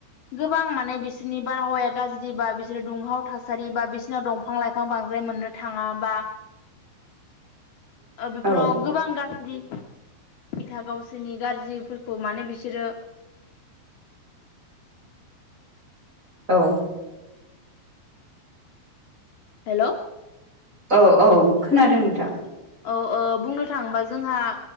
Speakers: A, on the left; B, on the right.
A: गोबां माने बिसोरनि बारहावाया गाज्रि बा बिसोरो दुंहाव थासारि बा बिसोरनाव दंफां लाइफां बांद्राय फ्राय मोननो थाङाबा
B: <inaudible>
A: बेफोराव
B: औ
A: गोबां गाज्रि फिथा गावस जोंनि गाज्रिफोरखौ माने बिसोरो
B: औ
A: हेल'
B: औ औ खोनादों नोंथां
A: औ बुंनो थाङोबा ओ जोंहा